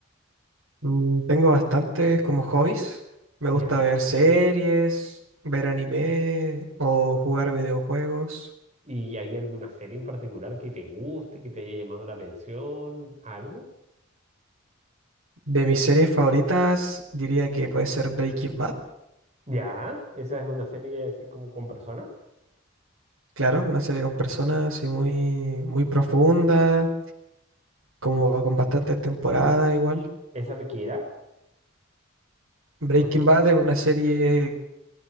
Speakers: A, on the right; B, on the right.
A: Mm, tengo bastantes como hobbies. Me
B: ¿Ya?
A: gusta ver series, ver anime o jugar videojuegos.
B: ¿Y hay alguna serie en particular que te guste, que te haya llamado la atención? ¿Algo?
A: De mis series favoritas diría que puede ser Breaking Bad.
B: ¿Ya? ¿Esa es una serie así como con personas?
A: Claro, una serie con personas así muy, muy profunda, como con bastantes temporadas igual.
B: ¿Esa de Kira?
A: Breaking
B: ¿O de...
A: Bad es una serie